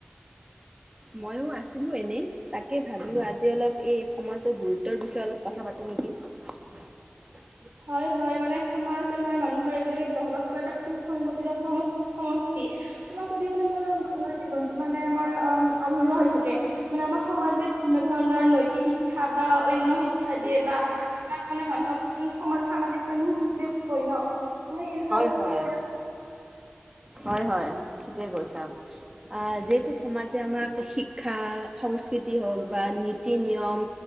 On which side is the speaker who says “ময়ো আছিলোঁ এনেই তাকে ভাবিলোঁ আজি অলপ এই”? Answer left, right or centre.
Right